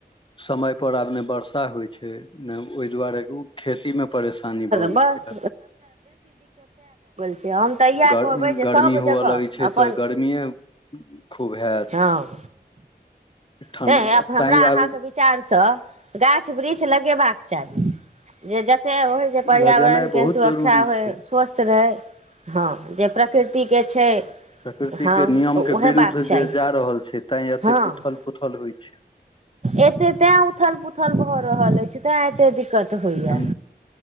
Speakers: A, on the left (about 30°); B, on the right (about 40°).
A: समय पर आब ने वर्षा होइ छै नहि ओहि दुआरे ओ खेतीमे परेशानी भऽ
B: बस
A: गेलैए
B: से हम तऽ इएह
A: गर
B: कहबै जे
A: गर्मी
B: सब
A: हुअ
B: जगह
A: लगै छै
B: अपन
A: तऽ गर्मिए खूब हैत
B: हँ
A: ठण्ड
B: तैँ आब हमरा
A: तैँ
B: अहाँके
A: आब
B: विचारसँ गाछ वृक्ष लगेबाक चाही जे जतेक होइ जे पर्यावरणके
A: लगेनाइ बहुत
B: सुरक्षा
A: जरूरी
B: होय
A: छै
B: स्वस्थ रहय हँ जे प्रकृतिके छै
A: प्रकृति
B: हँ
A: के नियम
B: ओ
A: के
B: हेबाक
A: विरुद्ध
B: चाही
A: जे जा रहल छै तें एतेक
B: हँ
A: उथल पुथल होइ छै
B: एते तें उथल पूथल भऽ रहल अछि तें एते दिक्कत तऽ होए
A: एखन